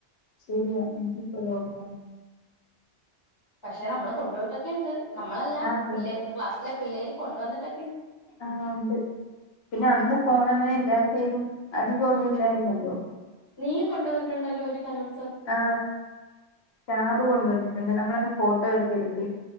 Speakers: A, on the left; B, on the left.
A: ശരിയാ എനിക്ക് ഇപ്പഴാ ഓർമ വന്ന്.
B: പക്ഷെ നമ്മള് കൊണ്ടു പോയിട്ടൊക്കെ ഉണ്ട്. നമ്മളല്ല
A: ആ കൊ
B: പിള്ളേ ക്ലാസ്സിലെ പിള്ളേര് കൊണ്ടുവന്നിട്ടൊ
A: ആഹ് ഉണ്ട്. പിന്നെ അന്ന് ഫോൺ അങ്ങനെ എല്ലാരുടേലും അധികം ഒന്നും ഇല്ലായിരുന്നല്ലോ
B: നീയും കൊണ്ടുവന്നിട്ടുണ്ടല്ലോ ഒരു കലോൽ
A: ആ ടാബ് കൊണ്ടുവന്നിട്ടുണ്ട് നമ്മളെ അന്ന് ഫോട്ടോയൊക്കെ എടുത്ത്